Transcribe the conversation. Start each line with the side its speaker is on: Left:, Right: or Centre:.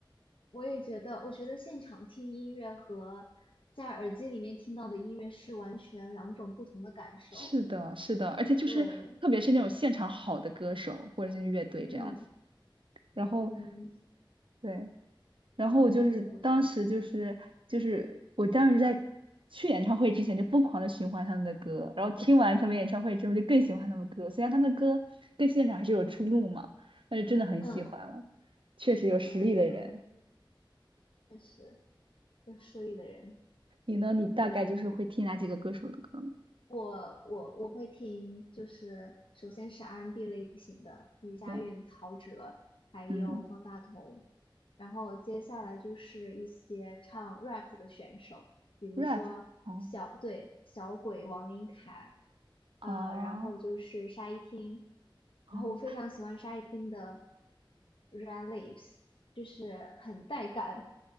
Left: 我也觉得，我觉得现场听音乐和在耳机里面听到的音乐是完全两种不同的感受。
Right: 是的，是的，而且就是特别是那种现场好的歌手或者是乐队这样子，
Left: 对，嗯
Right: 然后
Left: 嗯，
Right: 对，然后我就是当时就是就是我当时在去演唱会之前就疯狂的循环他们的歌，
Left: 真的很不错。
Right: 然后听完他们演唱会之后就更喜欢他们歌，虽然他们歌跟现场还是有出入嘛，但是真的很喜欢了，
Left: 嗯
Right: 确实有实力的人。
Left: 嗯，确实，有实力的人。
Right: 你呢？你大概就是会听哪几个歌手的歌呢？
Left: 我我我会听，就是首先是 R&B 类型的余佳运、
Right: 对，
Left: 陶喆，还有方大同，
Right: 嗯
Left: 然后接下来就是一些唱 rap 的选手，比如说小，
Right: ，rap，哦，
Left: 对，小鬼王琳凯，
Right: 啊，
Left: 啊、然后就是沙一汀，
Right: 哦。
Left: 然后我非常喜欢沙一汀的《Red Lips》，就是很带感，